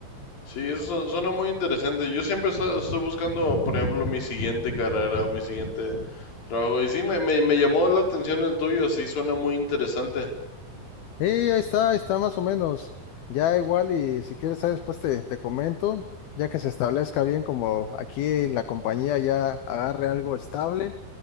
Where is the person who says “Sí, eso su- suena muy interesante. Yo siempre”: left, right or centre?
Left